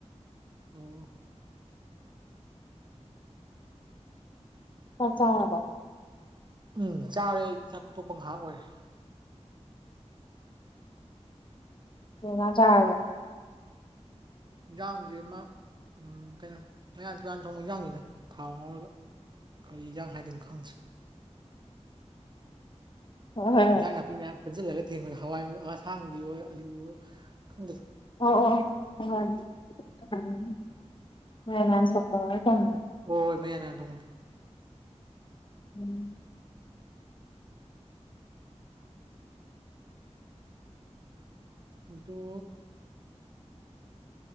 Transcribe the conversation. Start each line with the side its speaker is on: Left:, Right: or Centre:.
Right: ꯑꯣ
Left: ꯆꯥꯛ ꯆꯥꯔꯕꯣ꯫
Right: ꯎꯝ ꯆꯥꯔꯦ ꯑꯩ ꯆꯥꯛ ꯇꯣꯛꯄ ꯉꯥꯏꯍꯥꯛ ꯑꯣꯏꯔꯦ
Left: ꯀꯩ ꯏꯟꯖꯥꯡ ꯆꯥꯔꯒꯦ꯫
Right: ꯏꯟꯖꯥꯡꯖꯤꯃꯥ ꯎꯝ ꯀꯩꯅꯣ ꯃꯌꯥꯟ ꯇꯨꯌꯥꯟ ꯊꯣꯡꯕ ꯏꯟꯖꯥꯡꯅꯤꯗ ꯊꯥꯎ ꯉꯧꯔꯒ꯫ ꯀꯔꯤ ꯏꯟꯖꯥꯡ ꯍꯥꯏꯗꯣꯏꯅꯣ ꯈꯪꯗ꯭ꯔꯦ
Left: ꯍꯣꯏ ꯍꯣꯏ ꯍꯣꯏ
Right: ꯏꯟꯖꯥꯡ ꯅꯥꯄꯤ ꯃꯌꯥꯝ ꯄꯨꯟꯖꯤꯜꯂꯒ ꯊꯦꯡꯕꯗ ꯍꯋꯥꯏ ꯃꯨ ꯑꯁꯥꯡꯕꯤ ꯑꯣꯏ ꯑꯂꯨ ꯑꯣꯏ ꯈꯪꯗꯦꯗ
Left: ꯑꯣ ꯑꯣ <unintelligible>
Right: ꯑꯣ ꯍꯣꯏ ꯃꯌꯥꯟ ꯃꯌꯥꯟ ꯊꯣꯡꯕꯗꯣ
Left: ꯎꯝ
Right: ꯑꯗꯨ